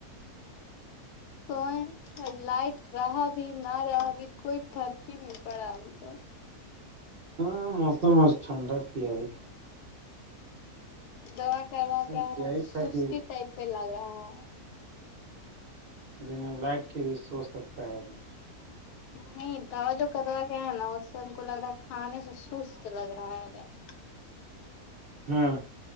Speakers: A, on the right; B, on the left.
A: <inaudible>
B: سویں اور لائٹ رہا بھی نہ رہا بھی کوئی فرق ہی نہیں پڑا ہم کو
A: ہاں موسم آج ٹھنڈک ہی ہے ابھی
B: دوا کروا
A: سب
B: کیا ہے نا
A: ہی
B: تو
A: تھا
B: سستی
A: کہ
B: ٹائپ پہ لگا ہے <inaudible>
A: بنا لائٹ کے بھی سو سکتا ہے ابھی <inaudible>
B: نہیں دوا جو کدوا گیا ہے نا اس سے ہم کو لگ رہا ہے کھانے سے سست لگ رہا ہے دم <inaudible>
A: ہاں